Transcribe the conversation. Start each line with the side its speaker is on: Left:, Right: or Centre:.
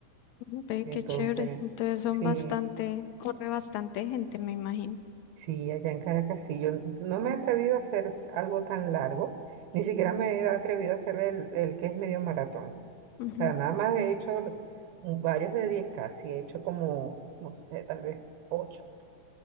Left: Ve,
Right: Entonces,
Left: qué chévere. Entonces son
Right: sí,
Left: bastante, corre bastante gente, me imagino.
Right: sí, allá en Caracas sí. Yo no me he atrevido a hacer algo tan largo, ni siquiera me he atrevido a hacer el, el que es medio maratón. O
Left: Ujú,
Right: sea, nada más he hecho un- varios de diez k sí, he hecho como, no sé, tal vez. ocho